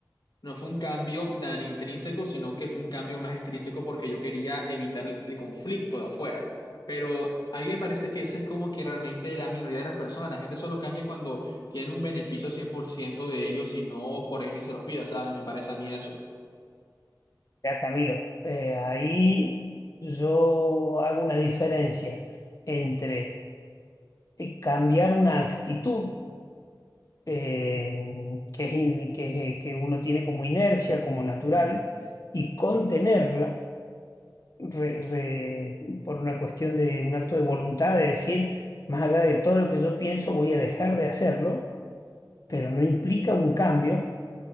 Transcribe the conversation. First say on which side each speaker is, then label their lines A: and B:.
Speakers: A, on the left; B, on the left.
A: no fue un cambio tan intrínseco, sino que fue un cambio más intrínseco porque yo quería evitar el conflicto de afuera. Pero a mí me parece que ese es como que realmente la minoría de las personas, la gente solo cambia cuando tienen un beneficio 100% de ellos y no por alguien se los pida, ¿sabes? Me parece a mí eso.
B: Ya, Camilo, eh, ahí yo hago una diferencia entre eh, cambiar una actitud eh, que es in- que, que uno tiene como inercia, como natural, y contenerla. re- re- por una cuestión de un acto de voluntad de decir, más allá de todo lo que yo pienso, voy a dejar de hacerlo, pero no implica un cambio,